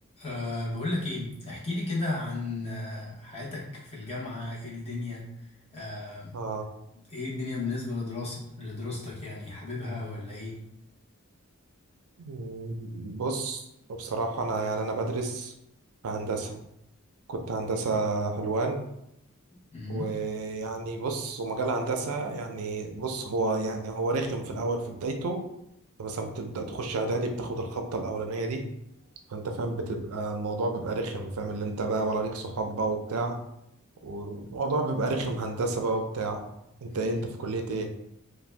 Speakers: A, on the left; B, on the right.
A: أه بقول لك ايه احكي لي كده عن آه، حياتك في الجامعة ايه الدنيا أه
B: آه
A: ايه الدنيا بالنسبة لدراسة لدراستك يعني حاببها ولا ايه
B: م- بص بصراحة أنا يعني أنا بدرس في هندسة كنت هندسة حلوان
A: مم.
B: ويعني بص ومجال هندسة يعني بص هو يعني هو رخم في الأول في بدايته أنت مثلا بتبدأ تخش إعدادي بتاخد الخبطة الأولانية دي فأنت فاهم بتبقى الموضوع بيبقى رخم فاهم اللي أنت بقى ولا ليك صحاب بقى وبتاع والموضوع بيبقى رخم هندسة بقى وبتاع أنت إيه
A: مم.
B: أنت في كلية إيه؟